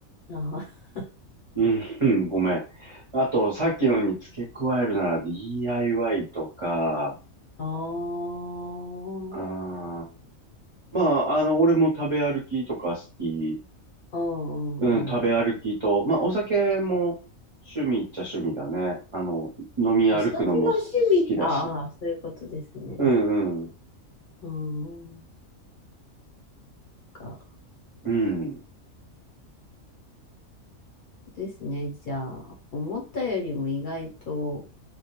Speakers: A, on the left; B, on the right.
A: ああ、
B: うん、うんごめん。あと、さっきのに付け加えるなら DIY とか、
A: <laughs> あー
B: あーまあ、あの、俺も食べ歩きとか好き
A: うんうんうん。
B: うん、食べ歩きと、まあ、お酒も趣味っちゃ趣味だね。あの、飲み歩くのも好きだし。
A: お酒が趣味、ああ、そういうことですね。
B: うんうん。
A: うん、か。
B: うん。
A: ですね。じゃあ、思ったよりも意外と